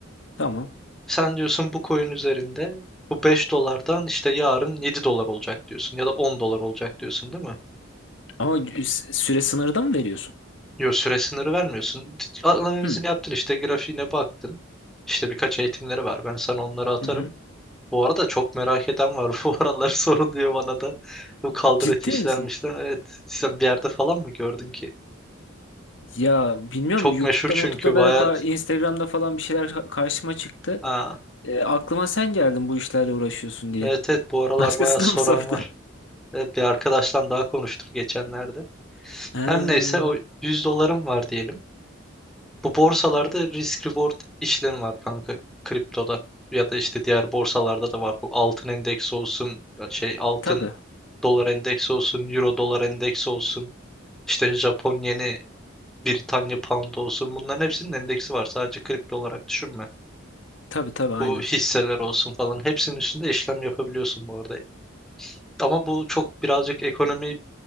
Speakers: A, on the left; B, in the centre.
A: Tamam.
B: Sen diyorsun bu coin üzerinde bu 5 dolardan işte yarın 7 dolar olacak diyorsun ya da 10 dolar olacak diyorsun değil mi?
A: Ama sü- süre sınırda mı veriyorsun?
B: Yok süre sınırı vermiyorsun. Analizini
A: Hı,
B: yaptın işte grafiğine baktın. İşte birkaç eğitimleri var. Ben sana onları atarım.
A: hı hı.
B: Bu arada çok merak eden var. <laughs> Bu aralar soruluyor bana da. Bu kaldıraç
A: Ciddi
B: işlenmişler.
A: misin?
B: Evet. Sen bir yerde falan mı gördün ki?
A: Ya bilmiyorum
B: Çok
A: YouTube'da
B: meşhur çünkü
A: YouTube'da
B: baya...
A: böyle ka- Instagram'da falan bir şeyler ka- karşıma çıktı.
B: Ha,
A: E, aklıma sen geldin bu işlerle uğraşıyorsun diye.
B: evet evet bu
A: <laughs>
B: aralar
A: Başkası
B: baya soran
A: da mı sordu?
B: var.
A: <laughs>
B: Evet, bir arkadaştan daha konuştum geçenlerde.
A: Ha,
B: Her neyse o 100 dolarım var diyelim. Bu borsalarda risk reward işlemi var kanka kriptoda. Ya da işte diğer borsalarda da var. Bu altın endeksi olsun, şey altın
A: tabii.
B: dolar endeksi olsun, euro dolar endeksi olsun. İşte Japon yeni Britanya Pound olsun bunların hepsinin endeksi var. Sadece kripto olarak düşünme.
A: Tabii tabii aynen.
B: Bu hisseler olsun falan hepsinin üstünde işlem yapabiliyorsun bu arada. Ama bu çok birazcık ekonomi